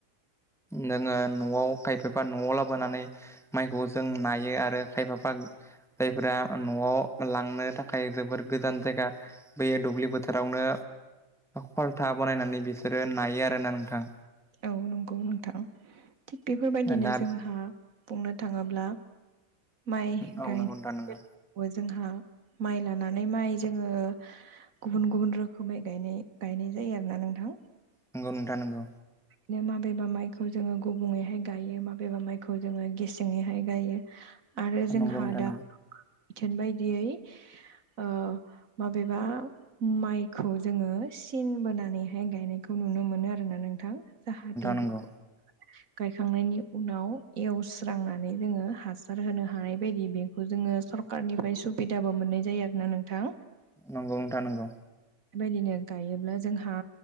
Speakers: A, in the centre; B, on the right.
A: जोङो न'आव खायफाबा न'आव लाबोनानै माइखौ जों नायो आरो खायफा जायफोरा न'आव लांनो थाखाय थाखाय जोबोर गोजान जायगा बेैयो दुब्लि बोथोरावनो खलथा बानायनानै बिसोरो नायो आरोना नोंथां।
B: औ नंगौ नोंथां थिग बेफोरबायदिनो
A: दा
B: जोंहा बुंनो थाङोब्ला माइ
A: औ
B: गायनायावबो
A: नंगौ नोंथां नंगौ
B: जोंहा माइ लानानै माइ जोङो गुबुन गुबुन रोखोमै गायनाय गायनाय जायो आरोना नोंथां।
A: नंगौ नोंथां नंगौ।
B: बिदिनो माबेबा माइखौ जोङो गुबुंङैहाय गायो माबेबा माइखौ जोङो गेसेङैहाय गायो। आरो जोंहा
A: नंगौ नोंथां
B: दा बिथोन बायदियै ओ माबेबा माइखौ जोङो सिन बोनानैहाय गायनायखौ नुनो मोनो आरोना नोंथां जाहाथे
A: नंगौ
B: बेखौ गायखांनायनि उनाव एवस्रांनानै जोङो हासार होनो हानाय बायदि बेखौ जोङो सरखारनिफ्राय सुबिदाबो मोननाय जायो आरो ना नोंथां
A: नंगौ नोंथां नंगौ
B: बेबायदिनो गायोब्ला जोंहा